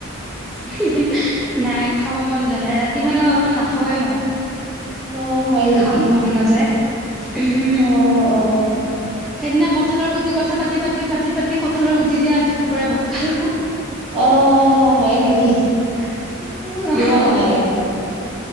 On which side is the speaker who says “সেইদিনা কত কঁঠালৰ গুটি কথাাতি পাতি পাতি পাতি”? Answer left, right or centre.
Centre